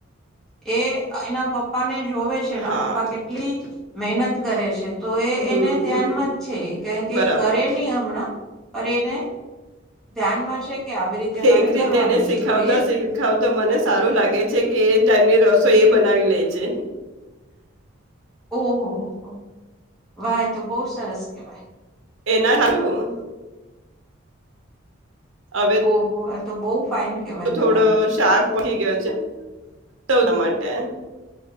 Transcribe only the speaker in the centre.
છે એ એના પપ્પા ને. જોવે છે એના
પપ્પા કેટલી. મહેનત કરે છે. તો એ
એને ધ્યાનમાં
જ છે કારણ કે
એ કરે નહી હમણાં. પર એને. ધ્યાનમાં છે કે આવી રીતે મારે
કરવાનું
છે તો એ
ઓહ હો. વાહ એ તો બહુ સ સરસ કહેવાય.
ઓહો! આ તો બહુ ફાઇન કહેવાય
તમારું.